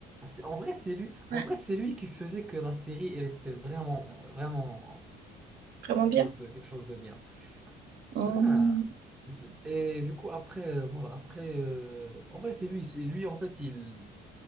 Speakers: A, in the centre; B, on the right (about 70°).
A: C'est- En vrai, c'est lui,
B: Ouais.
A: en vrai, c'est lui qui faisait que la série, elle était vraiment, vraiment
B: Vraiment
A: quelque
B: bien.
A: chose de, quelque chose de bien.
B: Mmh.
A: Ah. Et du coup, après, euh, voilà, après, euh, en vrai, c'est lui, c'est lui, en fait, il,